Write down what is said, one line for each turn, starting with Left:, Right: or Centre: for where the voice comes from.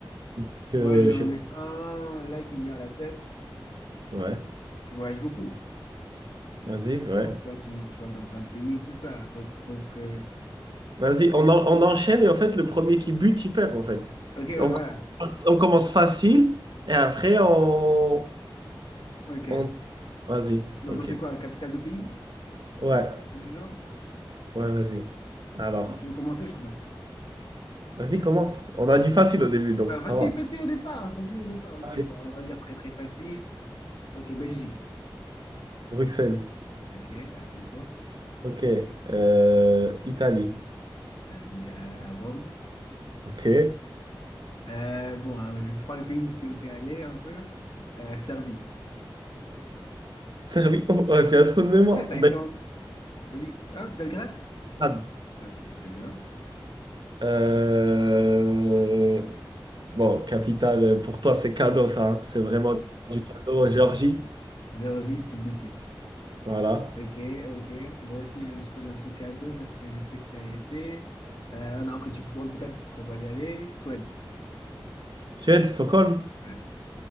Right: Donc, euh,
Left: Moi, je
Right: je
Left: mets
Right: sais pas.
Left: un là qui me vient à la tête.
Right: Ouais,
Left: Tu voyages beaucoup.
Right: vas-y, ouais.
Left: Donc, toi, tu, tu vas dans plein de pays et tout ça. Donc, il faut que.
Right: Vas-y, on, en- on enchaîne et en fait, le premier qui bute, il perd en fait.
Left: Ok, ouais,
Right: On
Left: voilà.
Right: commence, fac- on commence facile et après, on...
Left: Ok.
Right: on... Vas-y,
Left: Donc,
Right: ok.
Left: on sait quoi? Capitale de pays?
Right: Ouais,
Left: Truc du genre? Ok.
Right: ouais, vas-y. Alors,
Left: Et tu veux commencer? Je commence.
Right: vas-y, commence. On a dit facile au début, donc
Left: Ouais,
Right: ça
Left: facile,
Right: va.
Left: facile au départ. Facile au départ. Ok,
Right: Allez,
Left: bon, on va dire très, très facile. Ok, Belgique.
Right: Bruxelles,
Left: Ok, attends-toi.
Right: ok. Euh, Italie,
Left: Vas-y, euh, Rome.
Right: ok.
Left: Euh, bon, hein, je crois le pays où tu es, allé un peu. Euh, Serbie.
Right: Serbie, <laughs> oh, oh, j'ai un trou de mémoire.
Left: Ouais, t'as été en... T'as dit... Hein, Belgrade?
Right: Belgrade.
Left: Ok, c'est bien.
Right: Euh, Bon, capitale, pour toi, c'est cadeau ça. hein. C'est
Left: Ok.
Right: vraiment du cadeau. Géorgie,
Left: Géorgie, Tbilissi.
Right: voilà.
Left: Ok, ok. Moi aussi, je, je te donne un petit cadeau parce que je sais que tu y as été. Euh, non, que tu, pré- en tout cas, que tu prévois d'y aller. Suède.
Right: Suède, Stockholm?
Left: Ouais.